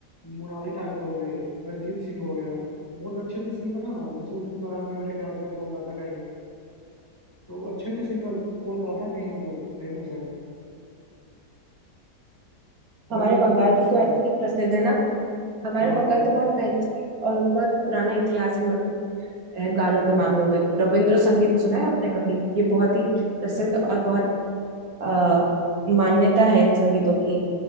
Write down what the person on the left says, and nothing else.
मोनाली ठाकुर हो गई अरिजीत सिंह हो गया बहुत अच्छे अच्छे सिंगर है ना जैसे उदित नारायण भी मेरे ख्याल से कोलकाता का ही है तो अच्छे अच्छे सिंगर कोलकाता के ही मतलब फेमस है मैंने
ये
चीज नोटिस
करी
हाँ
हाँ
हम्म।